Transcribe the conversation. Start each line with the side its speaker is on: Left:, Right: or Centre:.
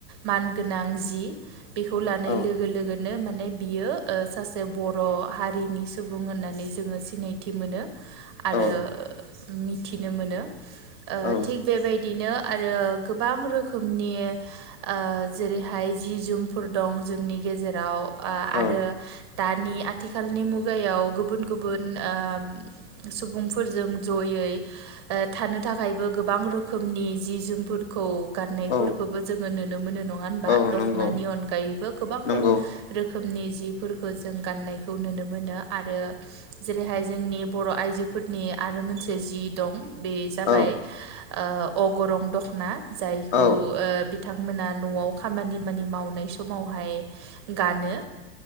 Right: मान गोनां जि बेखौ लानायजों
Left: औ
Right: बेगनो माने बियो ओ सासे बर' हारिनि सुबुं होननानै जोङो सिनायथि मोनो। आरो
Left: औ
Right: मिथिनो मोनो। ओ
Left: औ
Right: थिग बेबायदि बिदिनो आरो गोबां रोखोमनि ओ जेरैहाय जि जोमफोर दं ज नि गेजेराव आ
Left: औ
Right: आरो दानि आथिखालनि मुगायाव गुबुन गुबुन ओ सुबुंफोरजों जयै ओ थानो थाखायबो गोबां रोखोमनि जि जोमफोरखौ गारनायफोरखौबो
Left: औ
Right: जोङो नुनो मोनो नङा होनबा?
Left: औ
Right: दख'नानि
Left: नंगौ
Right: अनगायैबो गोबां रोखोम
Left: नंगौ
Right: रोखोमनि जिफोरखौ जों गाननायखौ नुनो मोनो। आरो जेरैहाय जोंनि बर' आइजो फोरनि आरो मोनसे जि दं। बे जाबाय
Left: औ
Right: ओ अगरं दख'ना जायखौ
Left: औ
Right: ओ बिथांमोना न'आव खामानिमानि मावनाय समावहाय गानो।